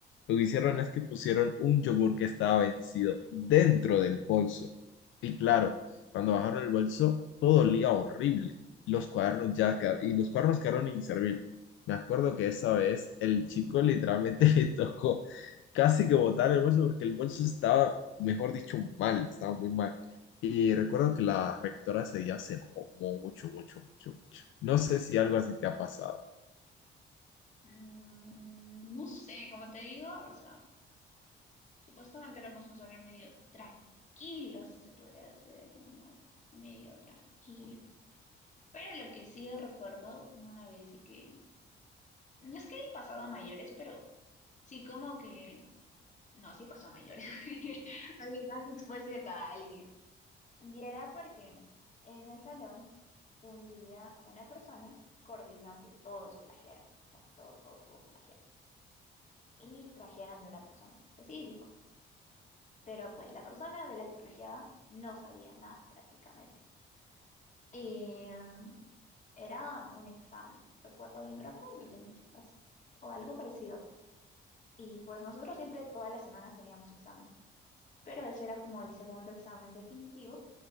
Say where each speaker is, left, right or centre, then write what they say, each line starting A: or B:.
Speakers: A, on the left (about 75°); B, on the left (about 40°).
A: Lo que hicieron es que pusieron un yogur que estaba vencido dentro del bolso. Y claro, cuando bajaron el bolso, todo olía horrible. Los cuadernos ya quedaron, y los cuadernos quedaron inservibles. Me acuerdo que esa vez el chico literalmente <laughs> le tocó casi que botar el bolso porque el bolso estaba, mejor dicho, mal, estaba muy mal. Y recuerdo que la rectora ese día se enojó mucho, mucho, mucho, mucho. No sé si algo así te ha pasado.
B: Mm, no sé, como te digo, o sea, supuestamente éramos un salón medio tranquilo, si se podría decir de algún modo, medio tranquilo. Pero lo que sí recuerdo una vez y que, no es que he pasado a mayores, pero Sí, como que, no, sí pasó a mayores, <laughs> porque casi expuse a alguien. Y era porque en el salón, un día, una persona coordinó que todos plagiaran, o sea, que todos, todos, todos plagiaran, y plagiaran de una persona en específico. Pero pues la persona de la que plagiaban no sabía nada prácticamente. Y mm, era un examen, recuerdo bien, creo que era de matemáticas o algo parecido. Y pues nosotros siempre, todas las semanas teníamos exámenes pero ese era como el segundo examen definitivo